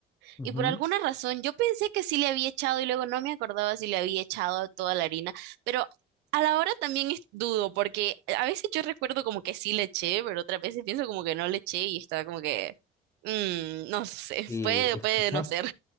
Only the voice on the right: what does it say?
Y por alguna razón yo pensé que sí le había echado y luego no me acordaba si le había echado toda la harina, pero a la hora también es- dudo porque a veces yo recuerdo como que sí le eché, pero otras veces pienso como que no le eché y estaba como que, mm, no sé,
puede,
puede
no ser.